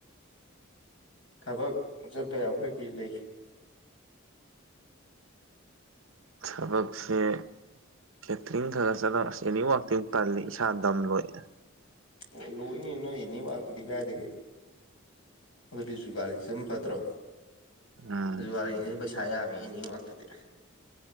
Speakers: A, on the left; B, on the right.
A: ꯊꯕꯛ ꯆꯠꯄ ꯌꯥꯕ ꯀꯩ ꯀꯩ ꯂꯩ <inaudible>
B: ꯊꯕꯛꯁꯦ ꯀꯦꯇꯔꯤꯡ ꯈꯔ ꯆꯠꯂ ꯑꯁ ꯑꯦꯅꯤ ꯋꯥꯛꯇꯤꯡ ꯇꯜꯂꯦ ꯏꯁꯥ ꯗꯝ ꯂꯣꯏ
A: ꯑꯣ ꯂꯣꯏꯅ ꯅꯣꯏ ꯑꯦꯅꯤ ꯋꯥꯀꯤꯗꯤꯒꯗꯒꯦ ꯑꯗꯨꯗꯤ ꯖꯨꯒꯥꯂꯤꯁꯨ ꯑꯗꯨꯝ ꯐꯠꯇ꯭ꯔꯣ
B: ꯎꯝ
A: ꯖꯨꯒꯥꯔꯤꯅꯤꯁꯨ ꯄꯩꯁꯥ ꯌꯥꯝꯃꯦ ꯑꯦꯅꯤꯃꯛꯇꯨꯗꯤ